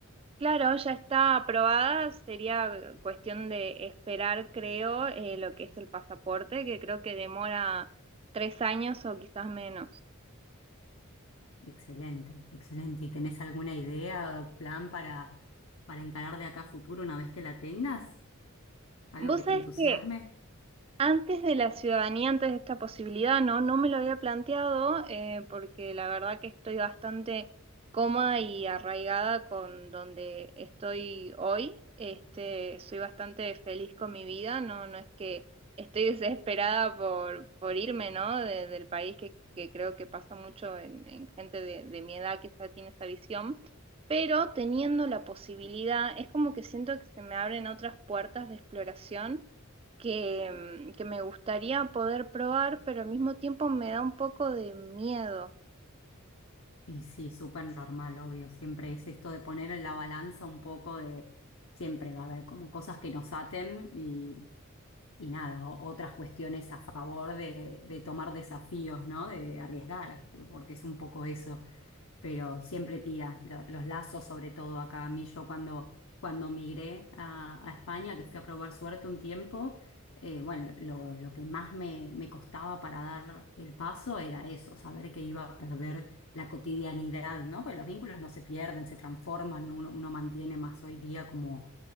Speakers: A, on the right; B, on the left.
A: Claro, ya está aprobada, sería cuestión de esperar, creo, eh, lo que es el pasaporte, que creo que demora tres años o quizás menos.
B: Excelente, excelente. ¿Y tenés alguna idea, plan para, para encarar de acá a futuro una vez que la tengas? ¿Algo
A: Vos
B: que
A: sabés
B: te entusiasme?
A: que Antes de la ciudadanía, antes de esta posibilidad, no, no me lo había planteado eh, porque la verdad que estoy bastante cómoda y arraigada con donde estoy hoy. Este, soy bastante feliz con mi vida, no, no es que estoy <laughs> desesperada por, por irme, ¿no? de- del país que, que creo que pasa mucho en, en gente de, de mi edad, que quizá tiene esa visión. Pero teniendo la posibilidad, es como que siento que se me abren otras puertas de exploración que, mm, que me gustaría poder probar, pero al mismo tiempo me da un poco de miedo.
B: Y sí, súper normal, obvio. Siempre es esto de poner en la balanza un poco de... Siempre va a haber como cosas que nos aten y y nada, o- otras cuestiones a favor de, de tomar desafíos, ¿no? De arriesgar, porque es un poco eso, pero siempre tira lo- los lazos, sobre todo acá. A mí yo cuando, cuando migré a, a España, que fui a probar suerte un tiempo, eh, bueno, lo, lo que más me, me costaba para dar el paso era eso, saber que iba a perder la cotidianidad, ¿no? Porque los vínculos no se pierden, se transforman, ¿no? Uno, uno mantiene más hoy día como